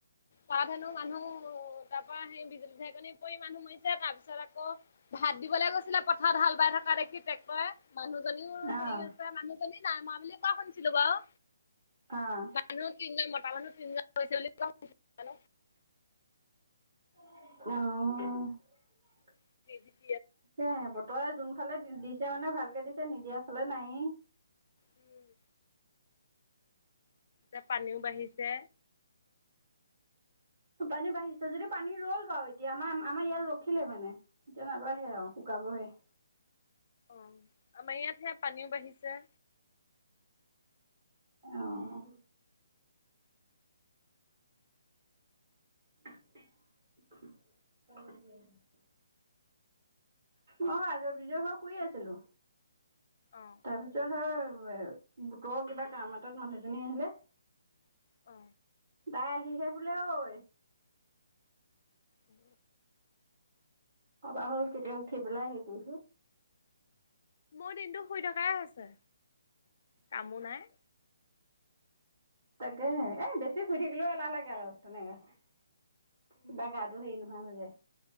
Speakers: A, on the left; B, on the right.
A: পা ধেনো মানুহ তাৰ পৰা সেই বিজুলী ঢেৰকনি পৰি মানুহ মৰিছে তাৰ পিছত আকৌ হাত দিবলৈ গৈছিলে পথাৰত হাল বাই থকা দেখি টেক্টৰে মনুহ জনীও
B: অ
A: হেৰি হৈছে মানুহজনী নাই ময়া বুলি কোৱা শুনিছিলো বাও।
B: অ অ
A: মানুহ তিনিজন মতা মানুহ তিনিজন গৈছে বুলি কোৱা শুনিছোঁ জানো
B: আহ।
A: <unintelligible>
B: তাকে বতৰে যোন ফালে দিছে মানে ভালকে দিছে নিদিয়া ফালে নাই
A: উম এয়া পানীও বাঢ়িছে।
B: পানী বাঢ়িছে যদি পানী ৰল বাৰু এতিয়া আমাৰ আমাৰ ইয়াত ৰখিলে মানে এতিয়া নাবাঢ়ে আৰু শুকাবহে। অ
A: অ আমাৰ ইয়াত সেয়া পানীও বাঢ়িছে।
B: আহ <unintelligible> মইও আজৰি বিজৰি হৈ শুই আছিলো।
A: অ',
B: তাৰপিছত হয় গোটৰ কিবা কাম এটাত মানুহজনী আহিলে।
A: অ
B: তাই আহিলে বোলে ঐ
A: উম
B: আবা হ'ল তেতিয়া উঠি পেলাই হেৰি কৰিছোঁ
A: মোৰ দিনটো শুই থকাই হৈছে কামো নাই।
B: তাকে এ বেছি শুই থাকিলেও এলাহ লাগে আৰু তেনেকে বা গাটো হেৰি ন নে।